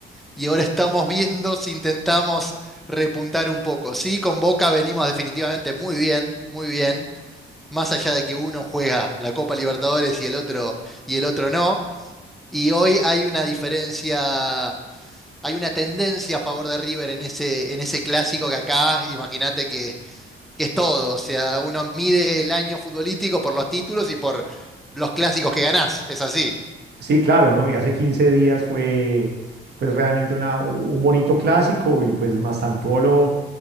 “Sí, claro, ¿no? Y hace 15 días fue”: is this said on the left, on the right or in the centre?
Right